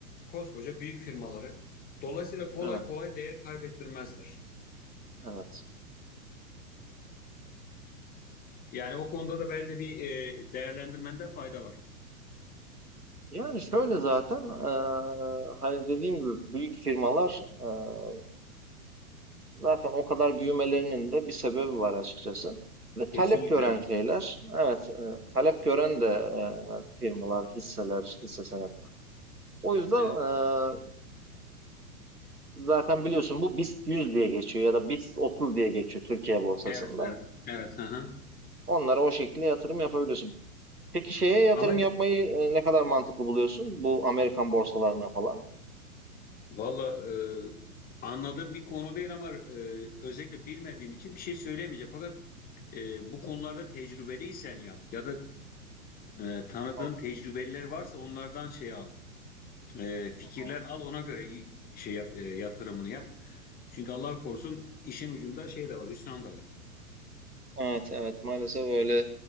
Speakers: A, on the left (about 20°); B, on the right (about 90°).
A: koskoca büyük firmaları. Dolayısıyla kolay
B: Evet,
A: kolay değer kaybettirmezler.
B: evet.
A: Yani o konuda da bence bir e, değerlendirmende fayda var.
B: Yani şöyle zaten eee, hani dediğim gibi büyük firmalar eee, zaten o kadar büyümelerinin de bir sebebi var açıkçası. Ve
A: Kesinlikle
B: talep gören
A: evet.
B: şeyler, evet, eee, talep gören de eee, firmalar, hisseler, hisse senetleri. O yüzden
A: Evet.
B: eee, zaten biliyorsun bu BIST 100 diye geçiyor ya da BIST 30 diye geçiyor Türkiye borsasında.
A: Evet, evet, evet. Hı hı.
B: Onlara o şekilde yatırım yapabiliyorsun. Peki şeye yatırım
A: Ama
B: yapmayı e, ne kadar mantıklı buluyorsun? Bu Amerikan borsalarına falan.
A: valla e, anladığım bir konu değil ama e, özellikle bilmediğim için bir şey söyleyemeyeceğim. Fakat e, bu konularda tecrübeliysen yap ya da e, tanıdığın
B: Hı
A: tecrübeliler varsa onlardan şey al, E, fikirler
B: hı
A: al ona göre y- şey yap, e, yatırımını yap. Çünkü Allah korusun işin ucunda şey de var, hüsran da var.
B: Evet evet maalesef öyle